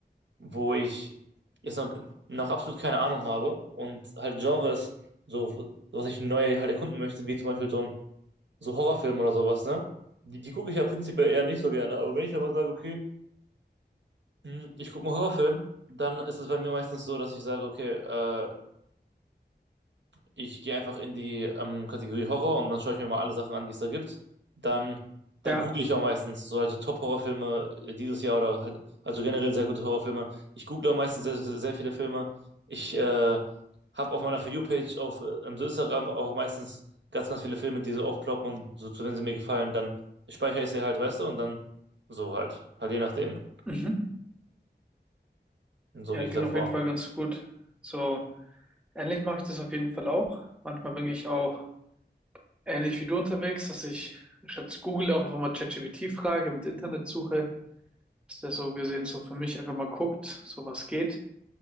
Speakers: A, on the right (about 80°); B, in the centre.
A: wo ich jetzt noch, noch absolut keine Ahnung habe und halt Genre ist so, was ich neu halt erkunden möchte, wie zum Beispiel so ein so Horrorfilm oder sowas, ne? Die, die gucke ich ja prinzipiell eher nicht so gerne, aber wenn ich dann mal sage, okay, hm, ich gucke einen Horrorfilm, dann ist es bei mir meistens so, dass ich sage, okay, äh, ich gehe einfach in die ähm, Kategorie Horror und dann schaue ich mir mal alle Sachen an, die es da gibt. Dann, dann
B: Ja.
A: google ich auch meistens so also Top-Horrorfilme äh, dieses Jahr oder halt, also generell sehr gute Horrorfilme. Ich google auch meistens sehr, sehr, sehr viele Filme. Ich äh, habe auf meiner For You-Page auf äh, im Instagram auch meistens ganz, ganz viele Filme, die so aufploppen und so, so, wenn sie mir gefallen, dann speichere ich sie halt, weißt du, und dann so halt, halt je nachdem.
B: Mhm.
A: Und so
B: Ja,
A: gehe
B: klingt
A: ich davor.
B: auf jeden Fall ganz gut. So, ähnlich mache ich das auf jeden Fall auch. Manchmal bin ich auch ähnlich wie du unterwegs, dass ich statt Google auch einfach mal ChatGPT frage, mit Internetsuche, dass der so gesehen so für mich einfach mal guckt, so was geht.